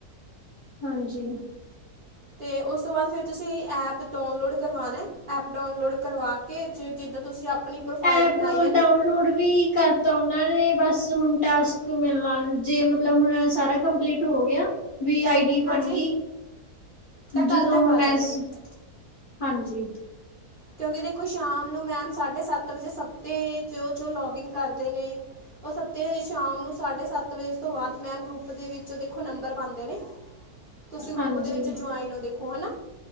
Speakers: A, on the left; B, on the right.
A: ਹਾਂਜੀ।
B: ਤੇ ਉਸ ਤੋਂ ਬਾਅਦ ਫਿਰ ਤੁਸੀਂ ਐਪ ਡਾਊਨਲੋਡ ਕਰਵਾਣਾ ਐਪ ਡਾਊਨਲੋਡ ਕਰਵਾ ਕੇ ਜੇ ਜਿੱਦਾਂ ਤੁਸੀਂ ਆਪਣੀ ਪ੍ਰੋਫਾਈਲ
A: ਐਪ
B: ਬਣਾਈ ਹੈ ਨਾ
A: ਡਾਊਨਲੋਡ ਵੀ ਕਰਤਾ ਉਹਨਾਂ ਨੇ ਬਸ ਬਸ ਹੁਣ ਟਾਸਕ ਮਿਲਵਾਣ ਜੇ ਮਤਲਬ ਹੁਣ ਸਾਰਾ ਕੰਪਲੀਟ ਹੋ ਗਿਆ। ਵੀ ਆਈ ਡੀ
B: ਹਾਂਜੀ
A: ਬਣ ਗਈ
B: ਤਾਂ ਕੱਲ੍ਹ
A: ਜਦੋਂ
B: ਤੱਕ
A: ਹੁਣ
B: ਆ ਜਾਣਗੇ
A: ਏਸ ਹਾਂਜੀ।
B: ਕਿਉਂਕਿ ਦੇਖੋ ਸ਼ਾਮ ਨੂੰ ਮੈਮ ਸਾਡੇ ਸੱਤ ਵਜੇ ਸਬਤੇ ਜੋ ਜੋ ਲੌਗਇਨ ਕਰਦੇ ਨੇ ਉਹ ਸਬਤੇ ਸ਼ਾਮ ਨੂੰ ਸਾਡੇ ਸੱਤ ਵਜੇ ਤੋਂ ਬਾਅਦ ਮੈਮ ਗਰੁੱਪ ਦੇ ਵਿੱਚ ਦੇਖੋ ਨੰਬਰ ਪਾਂਦੇ ਨੇ। ਤੁਸੀਂ ਗਰੁੱਪ
A: ਹਾਂਜੀ
B: ਦੇ ਵਿੱਚ ਜਵਾਉਣ ਹੋ ਦੇਖੋ ਹੈਨਾ।